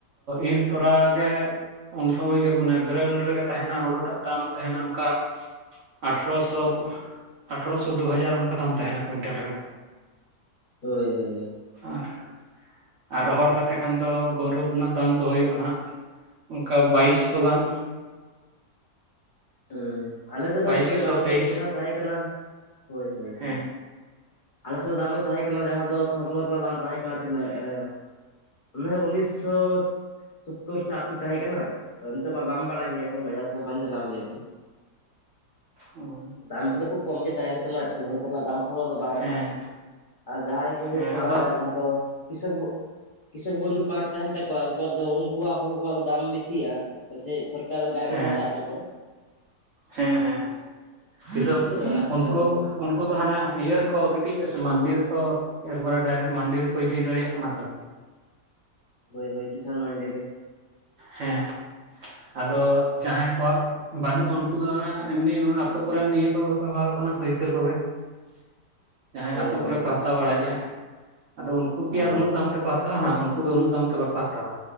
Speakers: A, on the right; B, on the left.
A: ᱤᱨ ᱛᱚᱨᱟ ᱜᱮ ᱩᱱ ᱥᱚᱢᱚᱭ ᱜᱮ ᱢᱟᱱᱮ ᱵᱮᱨᱮᱞ ᱨᱮᱜᱮ ᱛᱟᱦᱮᱱᱟ ᱦᱩᱲᱩ ᱴᱟᱜ ᱫᱟᱢ ᱛᱟᱦᱮᱱᱟ ᱚᱱᱠᱟ ᱟᱴᱷᱨᱚᱥᱚ ᱟᱴᱷᱨᱚᱥᱚ ᱫᱩ ᱦᱟᱡᱟᱨ ᱚᱱᱠᱟ ᱫᱟᱢ ᱛᱟᱦᱮᱱᱟ ᱠᱩᱭᱤᱱᱴᱮᱞ ᱨᱮ᱾
B: ᱦᱳᱭ ᱦᱳᱭ ᱦᱳᱭ ᱾
A: ᱟᱨ ᱟᱨ ᱨᱚᱦᱚᱲ ᱠᱟᱛᱮ ᱠᱷᱟᱱ ᱫᱚ ᱜᱚᱶᱨᱚᱵ ᱨᱮᱱᱟᱜ ᱫᱟᱢ ᱫᱚ ᱦᱩᱭᱩᱜᱼᱟ ᱦᱟᱸᱜ ᱚᱝᱠᱟ ᱵᱟᱭᱤᱥ ᱥᱚ ᱜᱟᱱ᱾
B: ᱦᱩᱸ ᱟᱞᱮ ᱥᱮᱫ ᱫᱚ
A: ᱵᱟᱭᱤᱥᱥᱚ
B: ᱚᱱᱠᱟ ᱜᱮ ᱫᱟᱢ ᱫᱚ
A: ᱛᱮᱭᱤᱥ
B: ᱱᱤᱭᱟᱹ ᱫᱷᱟᱣ ᱛᱟᱦᱮᱸ ᱠᱟᱱᱟ ᱦᱳᱭ
A: ᱦᱮᱸ
B: ᱦᱳᱭ᱾ ᱟᱞᱮ ᱥᱮᱫ ᱫᱚ ᱫᱟᱢ ᱫᱚ ᱛᱟᱦᱮᱸ ᱠᱟᱱᱟ ᱡᱟᱦᱟᱸ ᱫᱚ ᱥᱚᱨᱱᱚ ᱨᱮᱱᱟᱜ ᱫᱟᱢ ᱛᱟᱦᱮᱸ ᱠᱟᱱᱟ ᱛᱤᱱᱟᱹᱜ ᱮ ᱚᱱᱮ ᱩᱱᱤᱥᱥᱚ ᱥᱳᱛᱛᱚᱨ ᱥᱮ ᱟᱥᱤ ᱛᱟᱦᱮᱸ ᱠᱟᱱᱟ ᱱᱤᱛᱚᱜ ᱢᱟ ᱵᱟᱢ ᱵᱟᱲᱟ ᱦᱩᱭ ᱟᱠᱟᱱᱟ ᱵᱟᱡᱟᱨ ᱥᱮᱫ ᱵᱟᱝ ᱪᱟᱞᱟᱣ ᱦᱩᱭ ᱟᱠᱟᱱᱟ᱾
A: ᱦᱚᱸ
B: ᱫᱟᱢ ᱠᱚᱫᱚ ᱠᱷᱩᱵ ᱠᱚᱢ ᱜᱮ ᱛᱟᱦᱮᱱ ᱠᱟᱱᱟ ᱟᱨ ᱦᱳᱲᱳ ᱠᱚᱨᱮᱱᱟᱜ ᱫᱟᱢ ᱠᱚᱦᱚᱸ ᱛᱚ ᱟᱫᱚ ᱵᱟᱝ ᱨᱟᱠᱟᱜ
A: ᱦᱮᱸ
B: ᱠᱟᱱᱟ ᱟᱨ ᱡᱟᱦᱟᱸᱭ ᱠᱚ
A: ᱦᱮᱸ
B: ᱦᱩᱭᱩᱜ ᱠᱟᱱᱟ
A: ᱟᱫᱚ
B: ᱡᱟᱦᱟᱸ ᱫᱚ ᱠᱤᱥᱚᱠ ᱵᱚ ᱠᱤᱥᱚᱠ ᱵᱚᱱᱫᱷᱩ ᱠᱟᱨᱰ ᱛᱟᱦᱮᱱ ᱛᱟᱠᱚᱣᱟ ᱩᱱᱠᱩᱣᱟᱜ ᱫᱚ ᱩᱱᱠᱩᱣᱟᱜ ᱦᱩᱲᱩ ᱠᱚᱣᱟᱜ ᱫᱚ ᱫᱟᱢ ᱵᱤᱥᱤᱜᱼᱟ ᱥᱚᱨ <unintelligible> ᱰᱟᱭᱨᱮᱠᱴ
A: ᱦᱮᱸ
B: ᱦᱟᱛᱟᱣ ᱮᱫ ᱛᱟᱠᱚᱣᱟ ᱾
A: ᱦᱮᱸ ᱦᱮᱸ <inaudible>
B: ᱚᱱᱟ ᱠᱷᱟᱹᱛᱤᱨ
A: ᱩᱱᱠᱩ
B: ᱟᱫᱚ
A: ᱩᱱᱠᱩ ᱫᱚ ᱦᱟᱱᱟ ᱤᱭᱟᱹ ᱨᱮᱠᱚ ᱜᱤᱰᱤᱡᱼᱟ ᱥᱮ ᱢᱟᱱᱰᱤ ᱨᱮᱠᱚ ᱮᱠᱵᱟᱨᱮ ᱰᱟᱭᱨᱮᱠᱴ ᱢᱟᱱᱰᱤ ᱨᱮᱠᱚ ᱤᱫᱤ ᱫᱟᱲᱮᱭᱟᱜ ᱠᱟᱱᱟ ᱥᱮ᱾
B: ᱦᱳᱭ ᱦᱳᱭ ᱠᱤᱥᱟᱱ ᱢᱟᱱᱰᱤ ᱨᱮ᱾
A: ᱦᱮᱸ ᱟᱫᱚ ᱡᱟᱦᱟᱸᱭ ᱠᱚᱣᱟᱜ ᱵᱟᱹᱱᱩᱜᱼᱟ ᱩᱱᱠᱩ ᱫᱚ ᱮᱢᱱᱤ ᱟᱛᱳ ᱠᱚᱨᱮᱱ ᱤᱭᱟᱹ ᱠᱚ ᱠᱚ ᱮᱢᱟ ᱠᱚ ᱠᱟᱱᱟ ᱾ ᱯᱟᱹᱭᱠᱟᱨ ᱠᱚ ᱜᱮ ᱾ ᱡᱟᱦᱟᱸᱭ
B: ᱦᱳᱭ
A: ᱟᱛᱳ
B: ᱦᱳᱭ
A: ᱠᱚᱨᱮ ᱠᱚ ᱦᱟᱛᱟᱣ ᱵᱟᱲᱟᱭᱮᱫᱼᱟ᱾ ᱟᱫᱚ ᱩᱱᱠᱩ
B: ᱦᱳᱭ
A: ᱠᱤ ᱟᱨ ᱩᱱᱟᱹᱜ ᱫᱟᱢ ᱛᱮᱠᱚ ᱦᱟᱛᱟ ᱛᱟᱣ ᱱᱟᱜ ᱩᱱᱠᱩ ᱫᱚ ᱩᱱᱟᱹᱜ ᱫᱟᱢ ᱛᱮ ᱵᱟᱠᱚ ᱦᱟᱛᱟᱣᱟ